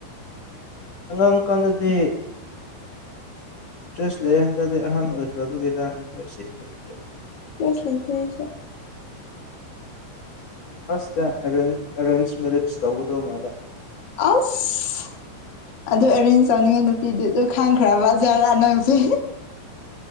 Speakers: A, on the left; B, on the left.
A: ꯑꯉꯥꯡ ꯀꯥꯟꯗꯗꯤ ꯏꯟꯇꯔꯦꯁ ꯂꯩꯍꯟꯗ꯭ꯔꯗꯤ ꯑꯍꯟ ꯑꯣꯏꯈ꯭ꯔꯕꯒꯤꯔꯥꯡ ꯏꯟꯇꯔꯦꯁ ꯁꯦꯝꯕ ꯂꯩꯇ꯭ꯔꯦ
B: ꯀꯁ ꯏꯇꯁ
A: ꯑꯁꯇ ꯑꯦꯔꯦꯟꯖ ꯃꯦꯔꯤꯖ ꯇꯧꯒꯗꯧ ꯃꯥꯜꯂꯦ
B: ꯑꯁ ꯑꯗꯨ ꯑꯦꯔꯦꯟꯖ ꯇꯧꯅꯤꯡꯉꯦ ꯅꯨꯄꯤꯗꯤ ꯑꯗꯨ ꯈꯪꯈ꯭ꯔꯕꯖꯥꯔꯥ ꯅꯪꯁꯦ